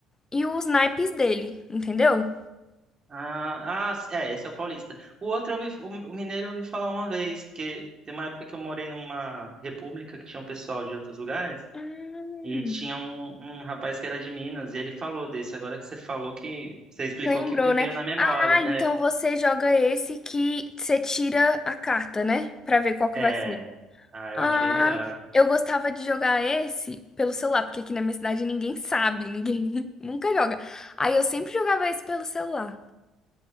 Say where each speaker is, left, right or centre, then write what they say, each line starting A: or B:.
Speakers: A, on the left (about 25°); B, on the right (about 30°).
A: E os naipes dele, entendeu?
B: Ah, ah, s- é, esse é o paulista. O outro, eu ouvi, o o mineiro eu ouvi falar uma vez, porque tem uma época que eu morei numa república que tinha um pessoal de outros lugares,
A: Ah.
B: e tinha um, um rapaz que era de Minas, e ele falou desse. Agora que você falou que, você explicou
A: Lembrou,
B: que me veio
A: né?
B: na memória.
A: Ah, então você joga esse que você tira a carta, né? Pra ver qual que
B: É,
A: vai ser.
B: é, ah, eu
A: Ah,
B: acho bem melhor.
A: eu gostava de jogar esse pelo celular, porque aqui na minha cidade ninguém sabe, ninguém <laughs> nunca joga. Aí eu sempre jogava esse pelo celular.